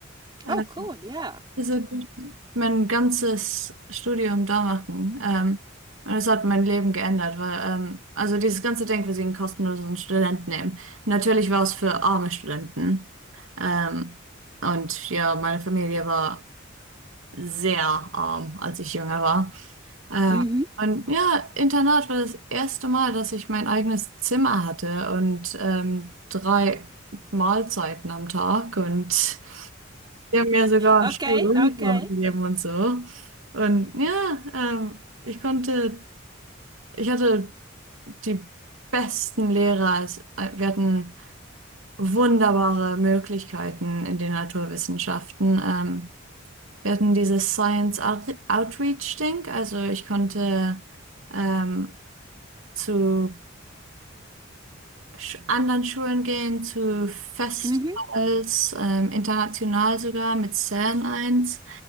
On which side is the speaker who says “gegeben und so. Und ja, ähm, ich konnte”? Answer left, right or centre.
Right